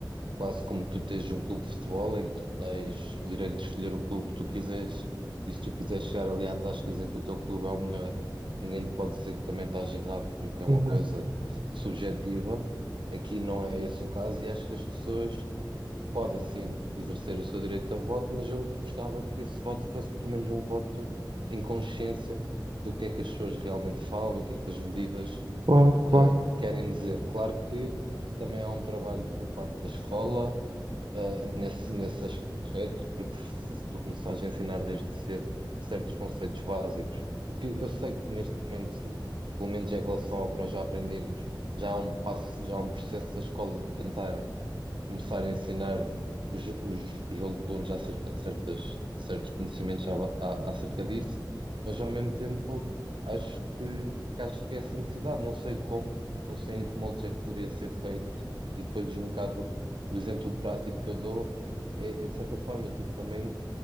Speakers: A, on the right (about 80°); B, on the right (about 60°).
A: Quase como tu tens um clube de futebol em que tu tens o direito de escolher o clube que tu quiseres. E se tu quiseres chegar ali à tasca e dizer que o teu clube é o melhor, ninguém te pode dizer que também estás errado, porque é uma
B: Exato.
A: coisa subjetiva. Aqui não é esse o caso e acho que as pessoas podem sim exercer o seu direito a voto, mas eu gostava que esse voto fosse pelo menos um voto em consciência do que é que as pessoas realmente falam e o que é que as medidas
B: claro,
A: eh,
B: claro.
A: querem dizer. Claro que também há um trabalho por parte da escola, eh, nesse, nesse aspecto, porque se, se tu começares a ensinar desde cedo certos conceitos básicos, que eu sei que neste momento, pelo menos em relação ao que nós já aprendemos, já há um passo, já há um processo da escola de tentar começar a ensinar os, os, os alunos acerca de certas, certos conhecimentos a- a- acerca disso, mas ao mesmo tempo acho que, que acho que é essa necessidade, não sei como, não sei em que molde é que poderia ser feito, e depois um bocado o exemplo prático que eu dou é, é de certa forma tu também